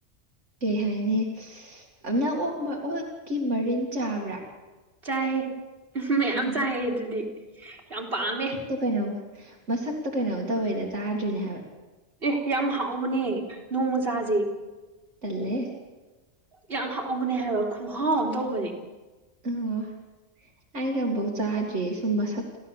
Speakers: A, on the right; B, on the right.
A: ꯀꯩ ꯍꯥꯏꯅꯤ ꯑꯅꯪ ꯑꯣꯛ ꯑꯣꯛꯀꯤ ꯃꯔꯤꯟ ꯆꯥꯕ꯭ꯔꯥ
B: ꯆꯥꯏꯍꯦ ꯃꯌꯥꯝ
A: ꯎꯝ
B: ꯆꯥꯏꯑꯦ ꯑꯗꯨꯗꯤ ꯌꯥꯝ ꯄꯥꯝꯃꯦ
A: ꯇ ꯀꯩꯅꯣꯝ ꯃꯁꯛꯇꯣ ꯀꯩꯅꯣꯝ ꯇꯧꯋꯦꯅ ꯆꯥꯗ꯭ꯔꯤꯅꯦ ꯍꯥꯏꯕ
B: ꯑꯦꯍ ꯌꯥꯝ ꯍꯥꯎꯕꯅꯦ ꯅꯣꯡꯃ ꯆꯥꯁꯦ
A: ꯇꯂꯦ
B: ꯌꯥꯝ ꯍꯥꯎꯕꯅꯦ ꯍꯥꯏꯕ ꯈꯨꯍꯥꯎ ꯑꯃ ꯇꯧꯕꯅꯦ
A: ꯑꯣ ꯑꯩꯗ ꯑꯃꯨꯐꯥꯎ ꯆꯥꯗ꯭ꯔꯤ ꯁꯨꯝ ꯃꯁꯛ